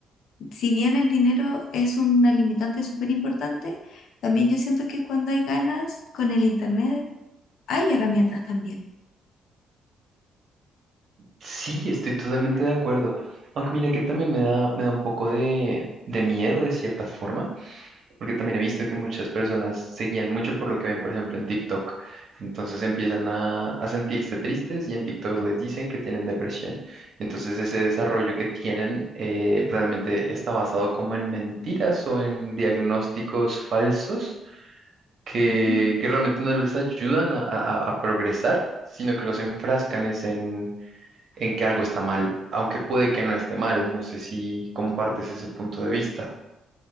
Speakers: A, on the left; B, on the right.
A: si bien el dinero es una limitante súper importante, también yo siento que cuando hay ganas con el Internet, hay herramientas también.
B: Sí, estoy totalmente de acuerdo. Aunque mira que también me da, me da un poco de, de miedo de cierta forma porque también he visto que muchas personas se guían mucho por lo que ven, por ejemplo, en TikTok. Entonces empiezan a, a sentirse tristes y en TikTok les dicen que tienen depresión. Entonces ese desarrollo que tienen eh, realmente está basado como en mentiras o en diagnósticos falsos que,
A: Ujú.
B: que realmente no les ayudan a, a- a progresar, sino que los enfrascan es en, en que algo está mal, aunque puede que no esté mal. No sé si compartes ese punto de vista.